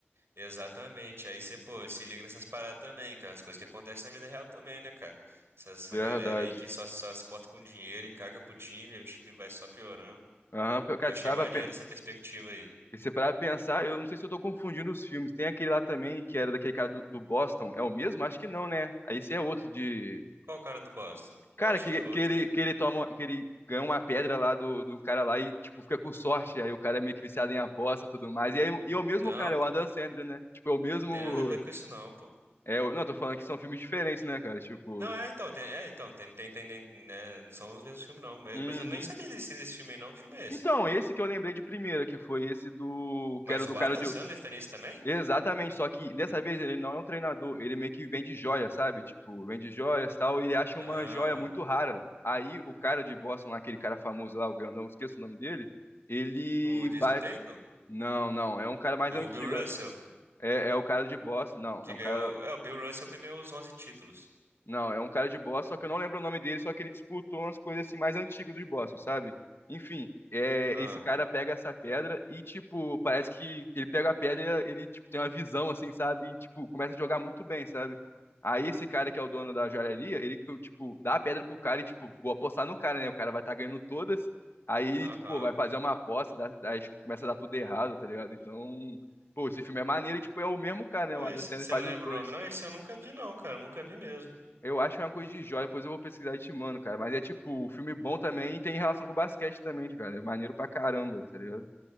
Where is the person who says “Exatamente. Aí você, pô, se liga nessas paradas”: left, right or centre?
Right